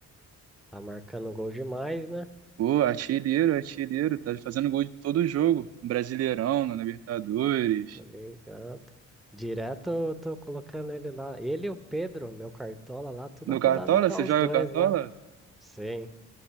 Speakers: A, in the centre; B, on the right (about 55°).
A: Tá marcando gol demais, né?
B: Pô, artilheiro, artilheiro. Tá fazendo gol de todo jogo. Brasileirão, na Libertadores.
A: Tá ligado. Direto eu tô colocando ele lá. Ele e o Pedro, meu cartola lá, toda
B: No
A: rodada
B: Cartola?
A: tá
B: Você
A: os
B: joga
A: dois
B: Cartola?
A: lá. Sim.